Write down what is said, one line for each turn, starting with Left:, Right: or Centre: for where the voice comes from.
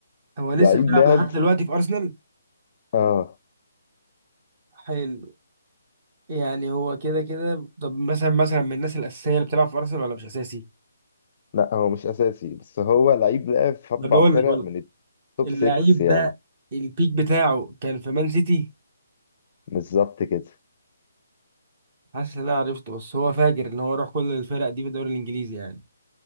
Right: هو لسه
Left: لعيب
Right: بيلعب
Left: لعب
Right: لحد دلوقتي في ارسنال
Left: اه
Right: حلو يعني هو كده كده طب مثلا مثلا من الناس الاساسيه اللي بتلعب في ارسنال ولا مش اساسي
Left: لا هو مش اساسي بس هو لعيب لعب في اربع
Right: طب بقول
Left: فرق
Right: لك بقول لك
Left: من التوب 6
Right: اللعيب
Left: يعني
Right: ده البيك بتاعه كان في مان سيتي
Left: بالظبط كده
Right: حاسس ان انا عرفته بس هو فاجر ان هو راح كل الفرق دي في الدوري الانجليزي يعني